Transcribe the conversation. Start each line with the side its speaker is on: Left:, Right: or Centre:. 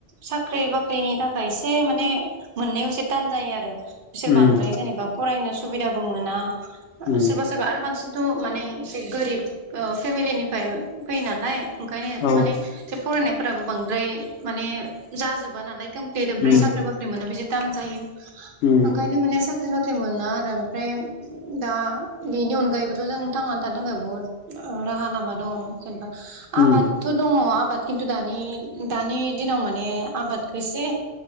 Right: साख्रि - बाख्रि फ्रिनि थाखाय एसे माने मोननायाव एसे तान जायो आरो बिसोर
Left: उम
Right: बांद्राय जेनेबा फरायनो सुबिदाबो मोना
Left: उम
Right: सोरबा सोरबा आरो बांसिनथ माने एसे गोरिब ओ फेमिलिनिफ्राय फैयोनालाय ओंखायनो
Left: औ
Right: माने फरायनायफोराबो बांद्राय माने जाजोबा नालाय ओमफ्राय
Left: उम
Right: साख्रि-बाख्रि मोनो बिदि तान जायो।
Left: उम
Right: ओंखायनो माने साख्रि - बाख्रि मोनाआरो ओमफ्राय दा बेनि अनगायैबोथ जों थांनानै थानो थाखाय बहुद राहा लामा दङ जेनबा
Left: उम
Right: आबादथ' दङ आबाद किन्तु दानि दानि दिनाव माने आबादखौ एसे